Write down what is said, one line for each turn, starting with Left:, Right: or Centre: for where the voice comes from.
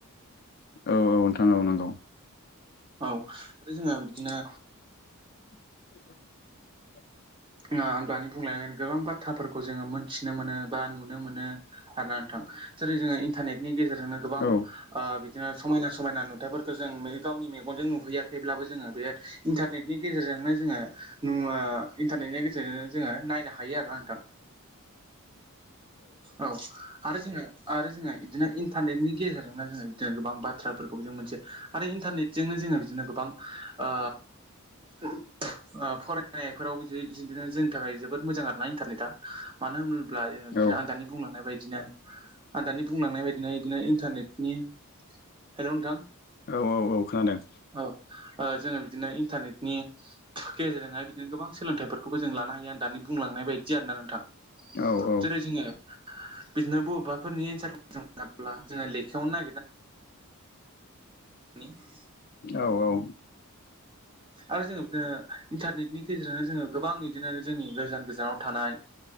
Left: औ औ नोंथां औ नंगौ।
Right: औ आरो जोंङो बिदिनो
Left: <inaudible>
Right: आं दानि बुंलाय गोबां बाथ्राफोरखौ जोंङो मोनथिनो मोनो बा नुनो मोनो हागोन नोंथां जेरै जोंङो इन्टारनेटनि गेजेरजोंनो गोबां
Left: औ
Right: ओ बिदिनो समायना समायना नुथाइफोरखौ जों गावनि मे मेगनजों नुहैयाखैब्लाबो जोंङो बे इन्टारनेटनि गेजेरजोंनो जोंङो नु इन्टारनेटनि गेजेरजोंनो जोङो नायनो हायो आरोना नोंथां। औ आरो जोंङो आरो जो बिदिनो इन्टारनेटनि गेजेरजोंना जोंङो बिदिनो गोबां बाथ्राफोरखौ जों मोनसे आरो इन्टारनेट जोंङो बिदिनो गोबां ओ ओ फरायनायफोराव बिदिनो जोंनि थाखाय जोबोद मोजां आरोना इन्टारनेटआ मानो होन <unintelligible> बिदिनो
Left: औ
Right: आानि बुंलांनाय बायदिनो आ बुंलांनाय बायदि बि बिदिनो इन्टारनेटनि हेलौ नोंथां
Left: औ औ खोनादों
Right: औ जोंङो बिदिनो इन्टारनेटनि गेजेरजोंहाय बिदिनो गोबां सोलोंथाइफोरखौबो जों लानो हायो आं दानि बुंलांनाय बायदि आरोना नोंथां
Left: औ औ
Right: जेरै- जोंङो बिदिनो बबेबाफोरनि एन्सारफोरखौ मोनाब्ला जोंङो लेखायावनो <unintelligible>
Left: औ औ
Right: आरो जोंङो बिदिनो इन्टारनेटनि गेजेरजोंनो जोंङो गोबां बिदिनो जोंनि गोजान नाव थानाय